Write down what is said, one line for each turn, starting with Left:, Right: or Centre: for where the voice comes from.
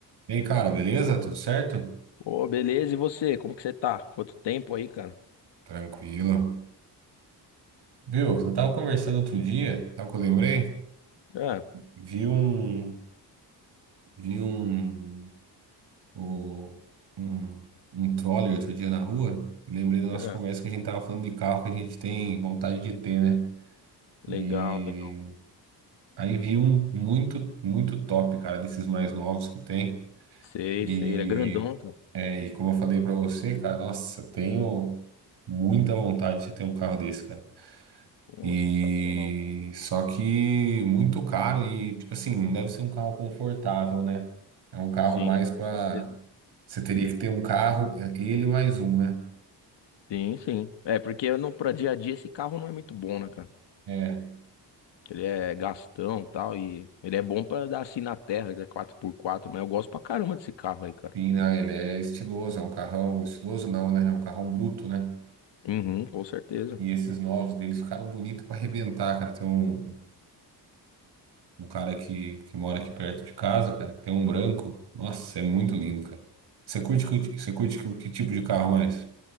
Right: E aí, cara, beleza? Tudo certo?
Left: Ô, beleza, e você? Como que você tá? Quanto tempo aí, cara?
Right: Tranquilo. Viu, eu tava conversando outro dia, sabe o que eu lembrei?
Left: É,
Right: Vi um, vi um, o- um, um troller outro dia na rua, e lembrei da nossa
Left: é.
Right: conversa que a gente tava falando de carro que a gente tem vontade de ter, né? E
Left: Legal, legal.
Right: aí vi um muito, muito top, cara, desses mais novos que tem.
Left: Sei,
Right: E,
Left: sei. Ele é grandão, cara.
Right: é, e como eu falei pra você, cara, nossa, eu tenho muita vontade de ter um carro desse, cara.
Left: Pô,
Right: E
Left: sensacional.
Right: só que muito caro e tipo assim, não deve ser um carro confortável, né? É um carro
Left: Sim,
Right: mais para
Left: com certeza.
Right: você teria que ter um carro, é, ele mais um, né?
Left: Sim, sim. É, porque eu não, pra dia a dia esse carro não é muito bom, né, cara?
Right: É,
Left: Ele é gastão e tal, e ele é bom pra dar assim na terra, ele é quatro por quatro. mas eu gosto pra caramba desse carro aí, cara.
Right: sim, né? Ele é estiloso, é um carrão estiloso não, né? É um carrão bruto, né?
Left: Uhum, com certeza.
Right: E esses novos deles ficaram bonitos para arrebentar, cara. Tem um, um cara que, que mora aqui perto de casa, cara, que tem um branco. Nossa, é muito lindo, cara. Você curte, que- você curte que, que tipo de carro mais?